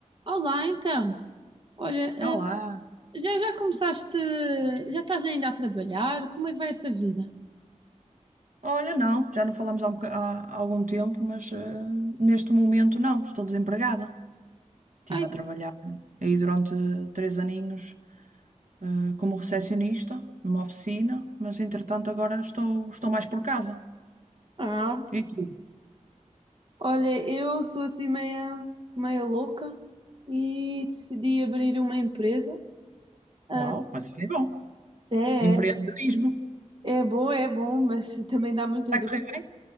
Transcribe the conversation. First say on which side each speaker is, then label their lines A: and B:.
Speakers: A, on the right; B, on the right.
A: Olá, então. Olha, eh,
B: Olá.
A: já já começaste, já estás ainda a trabalhar? Como é que vai essa vida?
B: Olha, não, já não falámos há, um boca- há- há algum tempo, mas eh, neste momento não, estou desempregada. Estive
A: Ai,
B: a trabalhar aí durante três aninhos eh, como recepcionista numa oficina, mas entretanto agora estou, estou mais por casa.
A: Ah,
B: E tu?
A: olha, eu sou assim meia, meia louca e decidi abrir uma empresa. Ah,
B: Uau, mas isso é bom.
A: É,
B: Empreendedorismo.
A: é bom, é bom, mas <laughs> também dá muitas
B: Está a
A: dúvidas.
B: correr bem?